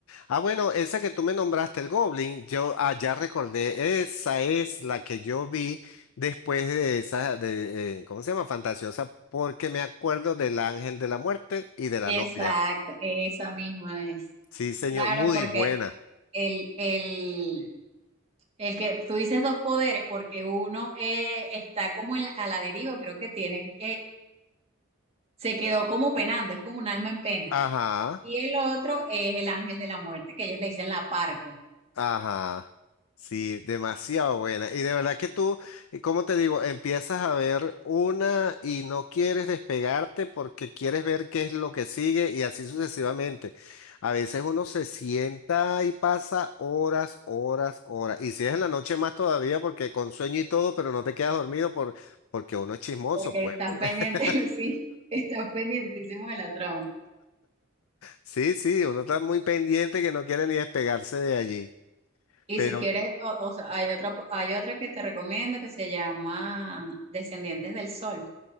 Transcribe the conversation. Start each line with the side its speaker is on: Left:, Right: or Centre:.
Left: Ah, bueno, esa que tú me nombraste, el Goblin, yo ah, ya recordé, esa es la que yo vi después de esa, de, eh, ¿cómo se llama? Fantasiosa, porque me acuerdo del Ángel de la Muerte y de la
Right: exacto,
Left: novia.
Right: esa misma es.
Left: Sí, señor,
Right: Claro,
Left: muy
Right: porque
Left: buena.
Right: el, el, el que tú dices dos poderes, porque uno eh, está como en la- a la deriva, creo que tienen se quedó como penando, es como un alma en pena.
Left: Ajá.
Right: Y el otro es el ángel de la muerte, que ellos le dicen la parca,
Left: Ajá, sí, demasiado buena. Y de verdad que tú, eh, cómo te digo, empiezas a ver una y no quieres despegarte porque quieres ver qué es lo que sigue y así sucesivamente. A veces uno se sienta y pasa horas, horas, horas. Y si es en la noche más todavía porque con sueño y todo, pero no te quedas dormido por, porque uno es chismoso,
Right: porque
Left: pues.
Right: estás
Left: porque-
Right: pendiente,
Left: <laughs>
Right: <laughs> sí, estás pendientísimo de la trama.
Left: sí, sí, uno está muy pendiente que no quiere ni despegarse de allí.
Right: Y
Left: Pero
Right: si quieres, o, o sea, hay otro, hay otro que te recomiendo que se llama Descendientes del Sol,